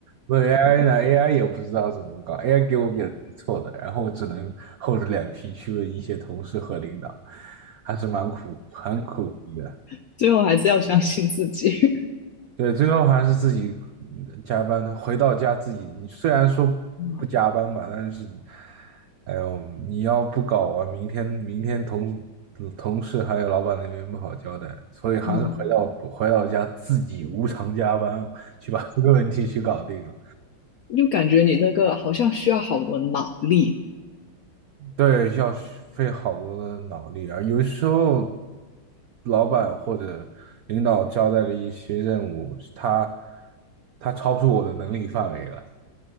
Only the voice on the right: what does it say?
问 AI 呢，AI 也不知道怎么搞，AI 给我给错的，然后我只能厚着脸皮去问一些同事和领导，还是蛮苦很苦逼的。
对，最后还是自己加班，的，回到家自己。你虽然说不加班吧，
但是，哎呦，你要不搞完，明天明天同同事还有老板那边不好交代，所以还是回到回到家自己无偿加班去把这个问题去搞定了。
对，要费好多的脑力啊。而有时候，老板或者领导交代的一些任务，他他超出我的能力范围了。